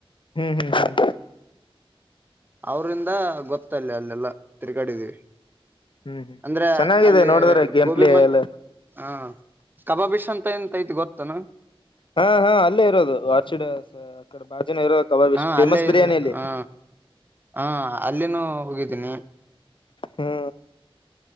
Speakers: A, on the left; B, on the right.
A: ಹ್ಮ್ ಹ್ಮ್ ಹ್ಮ್
B: ಅವ್ರಿಂದ ಗೊತ್ತಲ್ಲ ಅಲ್ಲೆಲ್ಲಾ ತಿರುಗಾಡಿದೀವಿ
A: ಹ್ಮ್ ಹ್ಮ್
B: ಅಂದ್ರೆ
A: ಚೆನ್ನಾಗಿದೆ
B: ಅಲ್ಲಿ
A: ನೋಡಿದ್ರೆ ಗೇಮ್
B: ಗೋಬಿಮಂಚೂರಿ
A: ಪ್ಲೇ ಎಲ್ಲ
B: ಹಾ ಕಬಾಬಿಷ್ ಅಂತ ಎಂತ ಆಯ್ತೆ ಗೊತ್ತಾನು
A: ಹಾ ಹಾ ಅಲ್ಲೇ ಇರೋದು ಆರ್ಚಿಡ್ ಕಡೆ ಬಾಜುನ ಇರೋ ಕಬಾಬ್
B: ಹಾ
A: ಫೇಮಸ್
B: ಅಲ್ಲೇ
A: ಬಿರಿಯಾನಿ
B: ಇದೆ
A: ಅಲ್ಲಿ
B: ಹಾ ಹಾ ಅಲ್ಲಿನೂ ಹೋಗಿದ್ದೀನಿ
A: ಹ್ಮ್